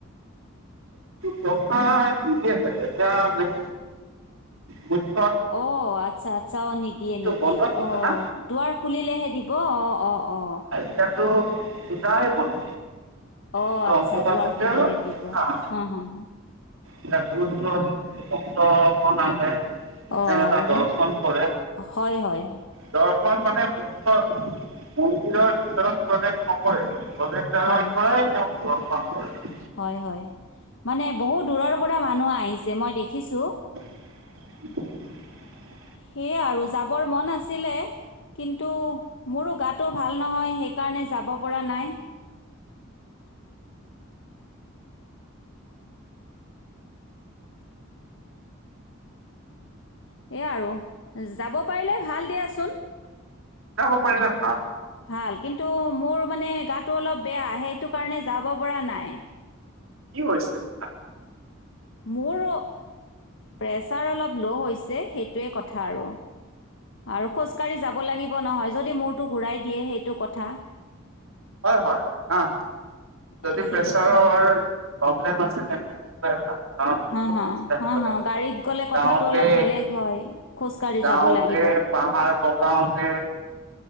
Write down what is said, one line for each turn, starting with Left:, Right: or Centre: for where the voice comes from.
Right: প্রসাদ দিলে ছাগে এতিয়া মেইন মুখ্য
Left: অ' আচ্ছা আচ্ছা অ' নিদিয়ে নিদিয়ে
Right: বন্ধ হৈছে
Left: অ'
Right: না
Left: দুৱাৰ খুলিলেহে দিব অ' অ' অ'
Right: ইতিয়াতো সদায় বন্ধ
Left: অ
Right: এতিয়া
Left: আচ্ছা
Right: অম্বুবাচী
Left: দুৱাৰ
Right: যে
Left: খুলিলে দিব
Right: আহ
Left: অ' হ হ
Right: এতিয়া দূৰ দূৰনি ভক্তৰ গন আহে
Left: অ'
Right: সেই তাত দৰ্শন
Left: মোক
Right: কৰে
Left: হয় হয়
Right: দৰ্শন মানে মুখ্য মন্দিৰৰ ভিতৰত প্ৰৱেশ নকৰে প্ৰৱেশ আঁতৰৰ
Left: হয়
Right: পৰাই তেওঁক ৰ্দশন কৰে
Left: হয় হয় মানে বহুত দূৰৰ পৰা মানুহ আহিছে মই দেখিছোঁ
Right: <inaudible>
Left: সেইয়া আৰু যাবৰ মন আছিলে কিন্তু মোৰো গাটো ভাল নহয় সেইকাৰণে যাব পৰা নাই এইয়া আৰু যাব পাৰিলে ভাল দিয়াচোন
Right: যাব পাৰিলে ভাল
Left: ভাল কিন্তু মোৰ মানে গাটো অলপ বেয়া সেইটো কাৰণে যাব পৰা নাই
Right: কি হৈছে আপোনাৰ
Left: মোৰ প্ৰেছাৰ অলপ ল' হৈছে সেইটোৱে কথা আৰু আৰু খোজকাঢ়ি যাব লাগিব নহয় যদি মূৰটো ঘূৰাই দিয়ে সেইটো কথা
Right: হয় হয় হ যদি
Left: এ, সেইটো
Right: প্ৰেছাৰৰ
Left: কথা
Right: হয় প্ৰব্লেম আছে তেন্তে নোজোৱাই ভাল কাৰণ বহুত
Left: হ হ
Right: খোজ কাঢ়িব
Left: হ হ
Right: লাগিব।
Left: গাড়ীত গ'লে
Right: যাওঁতে
Left: কথাটো অলপ বেলেগ হয় খোজকাঢ়ি
Right: যাওঁতে
Left: যাব লাগিব
Right: পাহাৰ বগাওঁতে